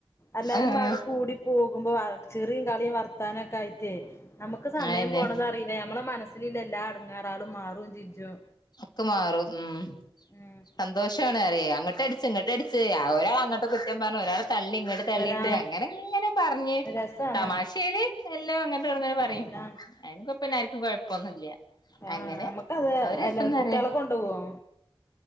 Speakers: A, on the left; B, on the left.
A: എല്ലാരും
B: ആഹ്
A: അടെ കൂടി പോകുമ്പോ ചെറിയും കളിയും വർത്താനൊക്കെ ആയിട്ടേ. നമുക്ക് സമയം
B: അതെന്നെ
A: പോണതറിയില്ല ഞമ്മള മനസ്സിലില്ല ല്ലാ അടങ്ങാറ ആളും മാറും. ചിച്ചും
B: ഒക്കെ മാറും ഉം
A: ഉം
B: സന്തോഷാണ് അറിയാം. അങ്ങട്ട് അടച്ച് ഇങ്ങട്ട അടച്ച് ആ ഒരാൾ അങ്ങട്ട് കുറ്റം പറഞ്ഞ ഒരാ തള്ളി ഇങ്ങോട്ട് തള്ളിയിട്ട്
A: വരാ
B: അങ്ങനെ ഇങ്ങനെ പറഞ്ഞ്
A: രസാണ്
B: തമാശയില് എല്ലാം അങ്ങന ഉങ്ങെ പറയും.
A: അല്ല
B: അയി കൊപ്പംർക്കും കുഴപ്പൊന്നുംല്ല.
A: ആ
B: അങ്ങനെ
A: നമുക്കത്
B: അവര്
A: അല്ല
B: രസംന്ന്
A: കുട്ടികളെ
B: പറയാ
A: കൊണ്ടു പോവോ?